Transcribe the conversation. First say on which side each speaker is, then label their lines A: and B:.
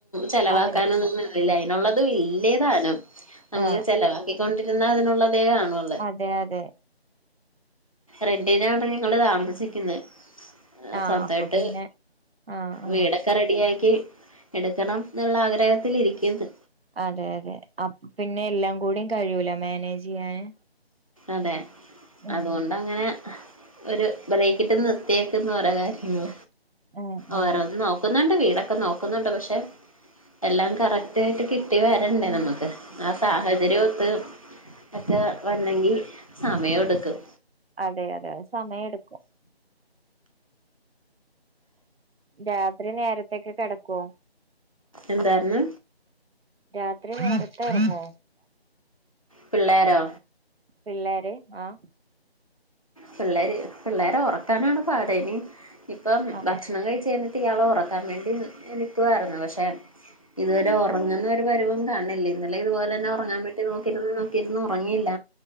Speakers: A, on the left; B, on the right.
A: ചെലവാക്കാനൊന്നും
B: അതെ
A: നിന്നില്ല അതിനുള്ളത് ഇല്ലേതാനും നമുക്ക്
B: ആ ആ
A: ചെിലവാക്കിക്കൊണ്ടിരുന്ന അതിനുള്ള തേ കാണല്ലോ
B: അതെ അതെ
A: റെന്റിനാണ് ഞങ്ങള് താമസിക്കുന്നത്
B: ആ
A: സ്വന്തായിട്ട്
B: അപ്പൊ പിന്നെ ആ ആ
A: വീട ക്ക റെഡിയാക്കി എടുക്കണം എന്നുള്ള ആഗ്രഹത്തിരിക്കുന്നു
B: അതെ അതെ അ പിന്നെ എല്ലാം കൂടും കഴിയൂല മാനേജ് ചെയ്യാന്
A: അതെ
B: ഉം
A: അതുകൊണ്ടങ്ങനെ ഒരു ബ്രേക്കിട്ട് നി ന്ന്റെ കാര്യങ്ങ
B: ആ ആ
A: ഓരോന്ന് നോക്ക നോുന്നുണ്ട് വീടൊക്കെ നോക്കുന്നുണ്ട് പക്ഷെ എല്ലാം കറക്റ്റ് കട്ട് കിട്ടി വരണ്ടേ നമുക്ക് ആ സാഹചര്യ ഒത്ത് ഒക്കെ ണങ്കിൽ സമയം എടുക്കും
B: അതെ അതെ അതെ സമയം എടുക്കും രാത്രി നേരത്തെ ഒക്കെ കിടക്കുവോ
A: എന്തായിരുന്ന്
B: രാത്രി നേരത്തെ ഉറങ്ങോ
A: പിള്ളേരോ
B: പിള്ളോര് ആഹ്
A: പിള്ളേര് പിള്ളേരെ ഉറക്കാനാണ് പാട് നി ഇപ്പം
B: ആ
A: ഭക്ഷണം കഴിച്ചേന് ഇയാളെ ഉറക്കാൻ വേണ്ടി നിൽക്കുവായിരുന്നു പക്ഷേ ഇതുവരെ ഉറങ്ങുന്ന ഒരു പരിവും കാണ്ണില്ലേ ഇന്നലെ ഇതുപോലെ തന്നെ ഉറങ്ങാൻ പറ്റി നോക്കി നോക്കിയിരുന്നു ഉറങ്ങയില്ല.